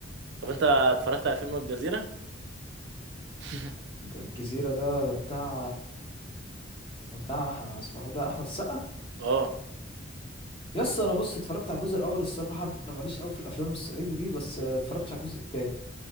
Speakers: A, on the right; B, on the left.
A: طب انت اتفرجت على فيلم الجزيرة <laughs>
B: ده الجزيرة ده ده بتاع ده بتاع أح- اسمه ايه ده أحمد السقا
A: اه
B: يس أنا بص اتفرجت على الجزء الأول الصراحة أنا ماليش أوي في الأفلام الصعيدي دي بس اتفرجتش على الجزء التاني